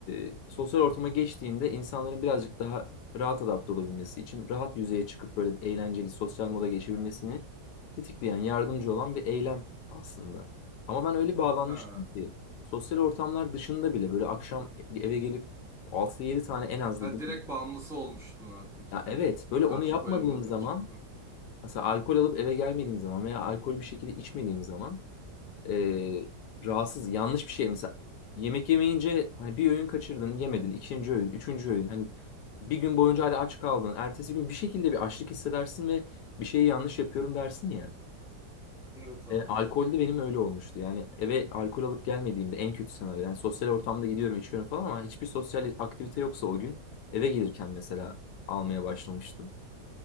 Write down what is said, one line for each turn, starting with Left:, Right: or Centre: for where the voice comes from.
Left: e, sosyal ortama geçtiğinde insanların birazcık daha rahat adapte olabilmesi için rahat yüzeye çıkıp böyle eğlenceli sosyal moda geçebilmesini tetikleyen yardımcı
Centre: Hı hı.
Left: olan bir eylem aslında. Ama ben öyle bağlanmıştım
Centre: Ha.
Left: ki sosyal ortamlar dışında bile böyle akşam eve gelip altı yedi tane en az
Centre: Ha
Left: dedim
Centre: direkt bağımlısı olmuştun artık
Left: ya
Centre: yani.
Left: evet böyle
Centre: Karşı
Left: onu yapmadığım
Centre: koyamıyordun
Left: zaman
Centre: içime. Hı
Left: mesela alkol alıp eve gelmediğim zaman veya alkolü bir şekilde içmediğim zaman eee,
Centre: hı. hı.
Left: rahatsız yanlış bir şey mesela yemek yemeyince hani bir öğün kaçırdın yemedin ikinci öğün üçüncü öğün hani bir gün boyunca hadi aç kaldın ertesi gün bir şekilde bir açlık hissedersin ve bir şeyi yanlış yapıyorum dersin ya.
Centre: Evet abi.
Left: E, alkolde benim öyle olmuştu yani eve alkol alıp gelmediğimde en kötü senaryo yani sosyal ortamda gidiyorum içiyorum falan ama hiçbir sosyal aktivite yoksa o gün eve gelirken mesela
Centre: Hı
Left: almaya başlamıştım.